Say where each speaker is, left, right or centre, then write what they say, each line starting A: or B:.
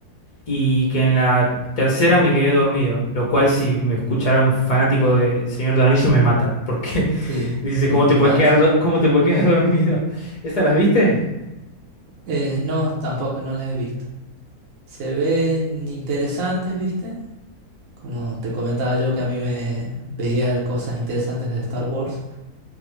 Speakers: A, on the left; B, on the right.
A: y que en la tercera me quedé dormido, lo cual si me escuchara un fanático de Señor del Anillo me mata, porque <laughs>
B: sí,
A: dice,
B: te,
A: ¿cómo
B: te
A: te puedes
B: mata.
A: quedar, do- cómo te puedes quedar <laughs> dormido? ¿Esas las viste?
B: Eh, no, tampoco, no las he visto. Se ven interesantes, viste. Como te comentaba yo que a mí me veía cosas interesantes de Star Wars.